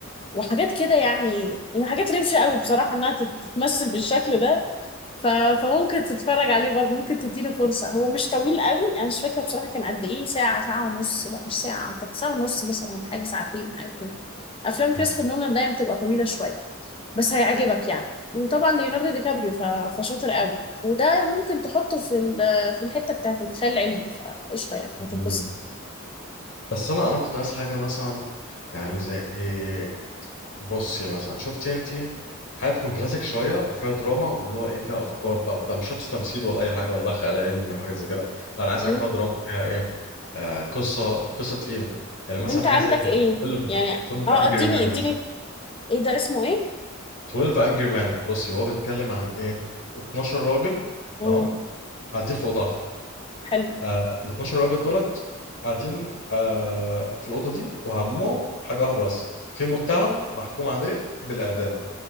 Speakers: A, on the left (about 25°); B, on the left (about 60°).
A: وحاجات كده يعني يعني حاجات روشة قوي بصراحة انها تت- تتمثل بالشكل ده ف... فممكن تتفرج عليه برضه ممكن تديله فرصة هو مش طويل قوي انا مش فاكرة بصراحة كان قد ايه ساعة ساعة ونص لا مش ساعة أعتقد ساعة ونص مثلا ولا حاجة ساعتين حاجة كده افلام كريستوفر
B: مم.
A: نولان دايما بتبقى طويلة شوية بس هيعجبك يعني وطبعا ليوناردو دي كابريو ف... فشاطر قوي وده ممكن تحطه في ال... في الحتة بتاعت الخيال العلمي فقشطة يعني
B: مم.
A: هتتبسط
B: بس انا انا كنت عايز حاجه مثلا يعني زي ايه بصي مثلا شفتي انت حاجه تكون كلاسيك شويه وفيها دراما واللي هو ايه فيها افكار بقى وبتاع مش شرط تمثيل ولا اي حاجه ولا بقى خيال علمي وحاجات زي كده لا انا عايز حاجه
A: ايه
B: فيها دراما فيها ايه آه قصه قصه تقيله يعني مثلا
A: طب انت
B: حاجه
A: عندك
B: زي 12
A: ايه يعني
B: 12
A: اه
B: انجري
A: اديني
B: مان
A: اديني
B: مثلا
A: ايه ده اسمه ايه
B: 12 انجري مان بصي هو بيتكلم عن ايه 12 راجل
A: امم
B: تمام قاعدين في اوضه واحده
A: حلو
B: آه ال 12 راجل دولت قاعدين آه في الاوضه دي وهمهم حاجه واحده بس في متهم محكوم عليه بالاعدام